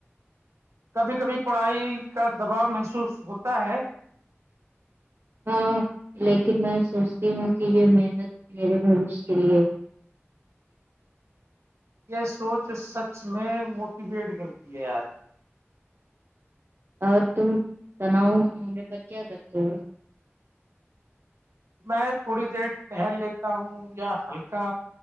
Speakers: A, on the right (about 80°); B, on the right (about 55°).
A: کبھی کبھی پڑھائی کا دباؤ محسوس ہوتا ہے
B: ہاں لیکن میں سوچتی ہوں کہ یہ محنت میرے بوش کے لیے ہے
A: یہ سوچ سچ میں موٹیویٹ کرتی ہے یار
B: اور تم تناؤ ہونے پر کیا کرتے ہو
A: میں تھوڑی دیر ٹہل لیتا ہوں یا ہلکا